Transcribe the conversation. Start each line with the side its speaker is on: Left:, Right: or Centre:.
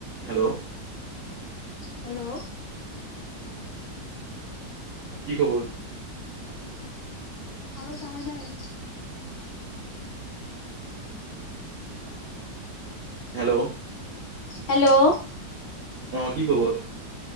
Right: হেল্ল'
Left: হেল্ল'
Right: কি কবনো
Left: আৱাজ আহা নাই
Right: হেল্ল'
Left: হেল্ল'
Right: অ কি খবৰ